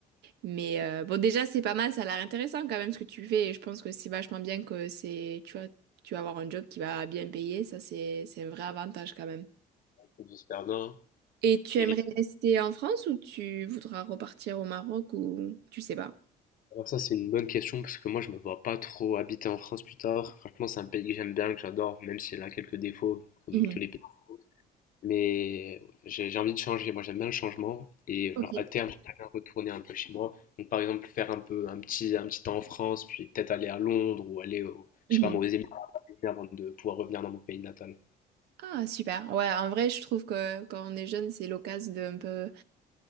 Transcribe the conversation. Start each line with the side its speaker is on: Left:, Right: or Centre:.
Right: Mais euh, bon, déjà, c'est pas mal, ça a l'air intéressant quand même ce que tu fais. Et je pense que c'est vachement bien que c'est, tu vois, tu vas avoir un job qui va bien payer. Ça, c'est, c'est un vrai avantage quand même.
Left: peut dire super bien.
Right: Et tu
Left: Et
Right: aimerais rester en France ou tu voudras repartir au Maroc ou tu sais pas?
Left: alors ça, c'est une bonne question parce que moi, je me vois pas trop habiter en France plus tard. Franchement, c'est un pays que j'aime bien, que j'adore, même s'il a quelques défauts, comme
Right: Mhm.
Left: tous les pays. Mais j'ai j'ai envie de changer. Moi, j'aime bien le changement. Et
Right: Ok.
Left: genre, à terme, j'aimerais bien retourner un peu chez moi. Donc, par exemple, faire un peu un petit, un petit temps en France, puis peut-être aller à Londres ou aller au,
Right: Mhm.
Left: je sais pas, moi, aux Émirats avant de pouvoir revenir dans mon pays natal.
Right: Ah, super. Ouais, en vrai, je trouve que quand on est jeune, c'est l'occasion de un peu